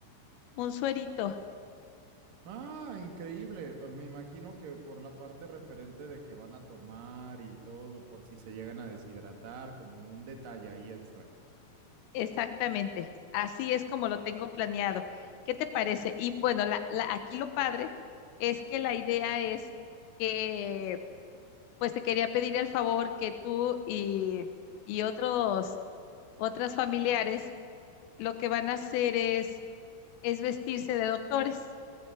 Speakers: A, on the left; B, on the right.
A: un suerito
B: Ah, increíble. Eh, Me imagino que por la parte referente de que van a tomar y todo, por si se llegan a deshidratar, como un detalle ahí extra.
A: Exactamente, así es como lo tengo planeado. ¿Qué te parece? Y bueno, la, la- aquí lo padre es que la idea es que, pues te quería pedir el favor que tú y, y otros, otras familiares lo que van a hacer es, es vestirse de doctores